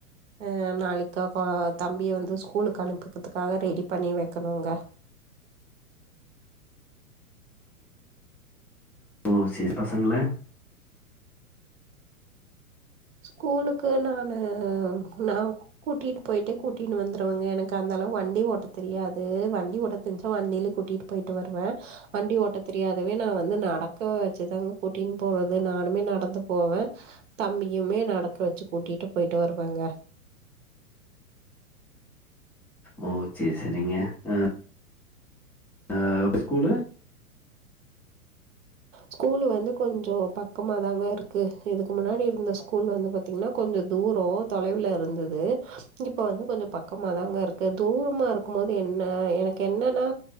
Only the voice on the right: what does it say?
ஆ நாளைக்கு தம்பிய வந்து ஸ்கூலுக்கு அனுப்பத்துக்காக ரெடி பண்ணி வெக்கணுங்க
ஸ்கூலுக்கு நானு நா கூட்டிட்டு போய்டு கூட்டினு வந்துருவங்க எனக்கு அந்த லா வண்டி ஓட்ட தெரியாது வண்டி ஓட்ட தெரிஞ்சா வண்டிய்லே கூட்டிட்டு போய்டு வருவே வண்டி ஓட்ட தெரியாது இதவே நா வந்து நடக்க வச்சுதாங்க குட்டின் போறது நானுமே நடந்து போவே தம்பி யுமே நடக்க வெச்சு கூட்டிட்டு போய்ட்டு வருவங்க
ஸ்கூல் வந்து கொஞ்சோ பக்கமாதாங்க இருக்கு இதுக்கு முன்னாடி இருந்த ஸ்கூல் வந்து பாத்தீங்கன்னா கொஞ்சோ தூ தூரோ தொலைவுல இருந்தது இப்ப வந்து கொஞ்சோ பக்கமாதாங்க இருக்கு தூரமா இருக்குமோது என்ன ஆ எனக்கென்னன்னா